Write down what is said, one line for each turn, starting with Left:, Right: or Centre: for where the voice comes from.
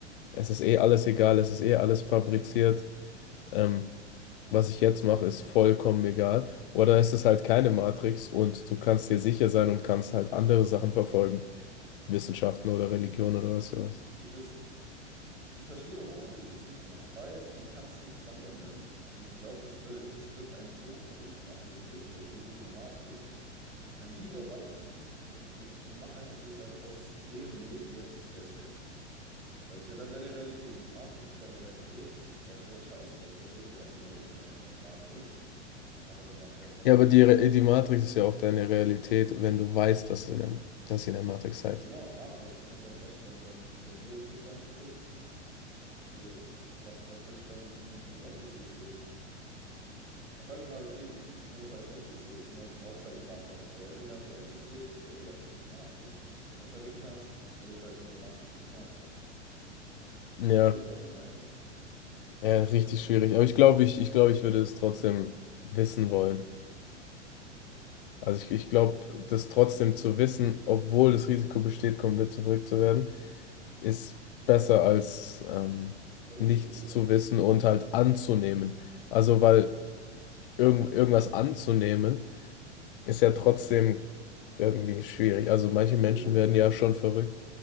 Left: es ist eh alles egal, es ist eh alles fabriziert, ähm, was ich jetzt mache, ist vollkommen egal. Oder ist es halt keine Matrix und du kannst dir sicher sein und kannst halt andere Sachen verfolgen, Wissenschaften oder Religion oder was sowas.
Right: Ich würde es, ich verstehe warum, aber ich würde es nicht so machen, weil ich kann es nicht dran ändern. Und ich glaube, das würde, das wird einen so verrückt machen, wenn du wüsstest, okay, ich lebe in der Matrix, dann lieber weiß ich es nicht und, und, und mach einfach sozusagen aus dem Leben jetzt das Beste. Weil das ist ja dann deine Realität. Diese Matrix ist deine Realität. Ja, so scheiß drauf, dann leben wir halt in einer, in einer Matrix. Aber dann mache ich halt mein
Left: Ja,
Right: Leben
Left: aber die,
Right: ents-
Left: Re- die Matrix ist ja auch deine Realität, wenn du weißt, dass, in einem, dass ihr in der Matrix seid.
Right: Genau, aber das könnte dann, weißt du, dann, dann ist dein Leben sozusagen kaputt. Also, was, was willst du dann mit, mit, mit NPCs reden? Und sagen wir mal, okay, du siehst die nur noch als NPCs und dann raubst halt eine Bank aus. So, das sind ja nur NPCs, ist ja eh alles nur die Matrix. Dann kommst du halt in den Knast. Dann lebst du halt in der Matrix im Knast.
Left: Ja,
Right: Verstehst du, was ich meine?
Left: Ja,
Right: Das
Left: richtig
Right: ist halt so.
Left: schwierig. Aber ich glaube, ich, ich glaube, ich würde es trotzdem wissen wollen. Also ich, ich glaube, das trotzdem zu wissen, obwohl das Risiko besteht, komplett verrückt zu werden, ist besser als ähm,
Right: Ja, gut,
Left: nichts
Right: es gibt immer
Left: zu
Right: noch.
Left: wissen und halt anzunehmen. Also weil irgend, irgendwas anzunehmen, ist ja trotzdem irgendwie schwierig. Also
Right: Und
Left: manche
Right: was
Left: Menschen
Right: wir immer noch
Left: werden
Right: nicht
Left: ja
Right: benacht,
Left: schon verrückt.